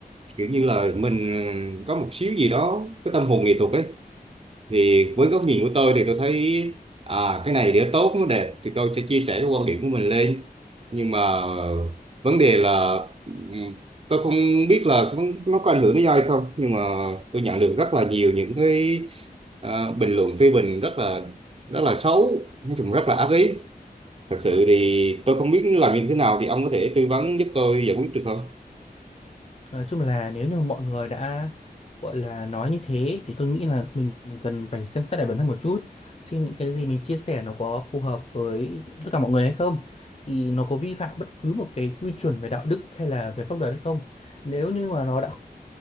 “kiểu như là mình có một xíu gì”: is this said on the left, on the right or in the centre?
Right